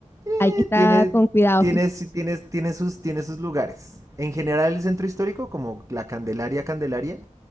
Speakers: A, on the right; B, on the left.
A: eh,
B: hay que estar
A: tiene,
B: con cuidado.
A: tiene, sí, tiene- tiene sus, tiene sus lugares. En general, el centro histórico, como la Candelaria Candelaria,